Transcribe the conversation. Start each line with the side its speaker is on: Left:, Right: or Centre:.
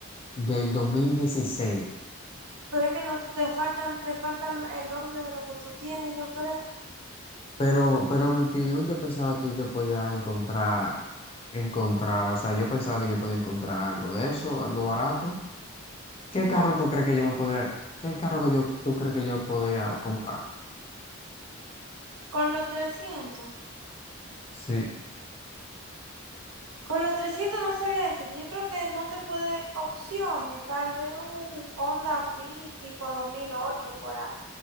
Left: del dos mil dieciséis
Right: Pero es que no te faltan, te falta el el doble de lo que tú tienes, yo creo.
Left: Pero, pero en mi opinión, yo pensaba que yo podía encontrar, encontrar, o sea, yo pensaba que yo podía encontrar algo de eso, algo barato. ¿Qué
Right: No,
Left: carro tú crees que yo me podía, qué carro que yo, tú crees que yo podía comprar?
Right: con los 300.
Left: Sí.
Right: Con los 300 no sabía decirte. Yo creo que no te puede opciones. Tal vez un Honda Fit tipo 2008 por, a-